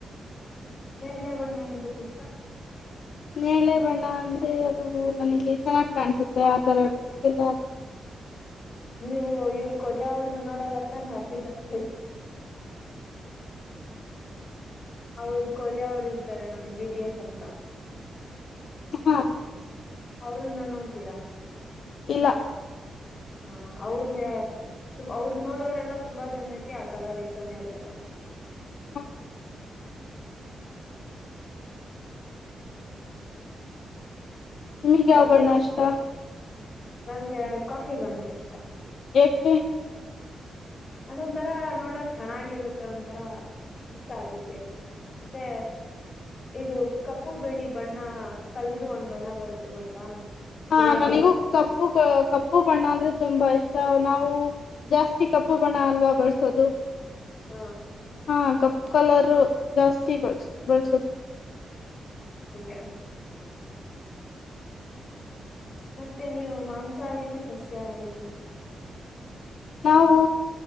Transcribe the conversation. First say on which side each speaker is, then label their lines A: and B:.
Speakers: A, on the left; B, on the left.
A: ಎಲ್ಲ ಬರ್ಣ್ಣ ಎಂತ ದಷ
B: ನೇಳೆ ಬಣ್ಣ ಅಂದ್ರೆ ಅದು ನನಗೆ ಚೆನ್ನಾಗಿ ಕಾಣ್ಸುತ್ತೆ ಆ ತರ ಡ್ರೆಸ್ ಎಲ್ಲ ಅ
A: ನೀವು ಇವ್ರ ಕೊರಿಯ ಅವರ್ನ ನೋಡಲ್ಲತ್ತಾನೆ ಅಪ್ಪಿ ತನ್ ಹೇಳಿ ಅವರು ಕೊರಿಯ ಅವರ್ ಇರ್ತಾರೆ ನೋಡಿ ಬಿ ಟಿ ಎಸ್ ಅಂತ
B: ಹಾ
A: ಅವರುನ್ನ ನೋಡ್ತೀರಾ
B: ಇಲ್ಲ
A: ಹಾ ಅವ್ರಗೆ ತುಂಬ ಅವ್ರರು ನೋಡೋರೆಲ್ಲ ತುಂಬಾ ಜನಕ್ಕೆ ಆ ಕಲರ್ ಇತಾನೆ ಇರ್ಲ್ಲದಣ
B: ಹ್ಮ ನಿಮಗ್ ಯಾವ
A: ಮತ್ತೆನ್ಸ
B: ಬಣ್ಣ ಇಷ್ಟ
A: ನಂಗೆ ಕಾಫಿ ಬಣ್ಣ ಇಷ್ಟ
B: ಏಕೆ
A: ಅದೊಂಂತರ ನೋಡಕ್ ಚೆನ್ನಾಗಿರುತ್ತೆ ಒಂಂತರಾ ಇಷ್ಟ ಅದಕ್ಕೆ ಮತ್ತೆ ಇದು ಕಪ್ಪು ಬೆಳಿ ಬಣ್ಣ ಕಲ್ದು ಒಂದ್ ಬಣ್ಣ ಬರುತ್ತೆ ಗೊತ್ತಾ
B: ಹಾ
A: ಗ್ರೇ ಅಂತ
B: ನನಿಗೂ ಕಪ್ಪು ಕಪ್ಪು ಬಣ್ಣ ಅಂದ್ರೆ ತುಂಬಾ ಇಷ್ಟ ನಾವು ಜಾಸ್ತಿ ಕಪ್ಪು ಬಣ ಅಲ್ವಾ ಬರ್ಸೋದು
A: ಹಾ
B: ಹಾ ಕಪ್ ಕಲರ್ ಜಾಸ್ತಿ ಬಳಸ ಬಳಸದ
A: ಹಾಗಾ ಮತ್ತೆ ನೀವು ಮಾಂಸಾಹಾರನು ಸಸ್ಯಾಹಾರನು
B: ನಾವು